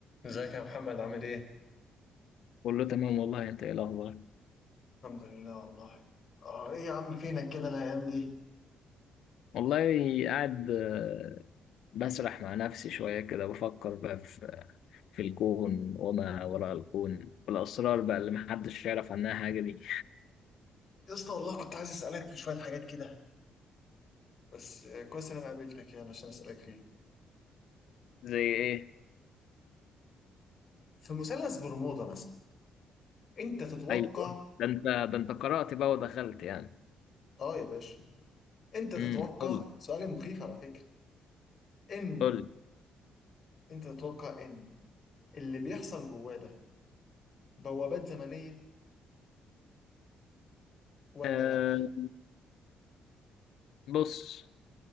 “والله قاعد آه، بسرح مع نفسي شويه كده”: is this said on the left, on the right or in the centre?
Left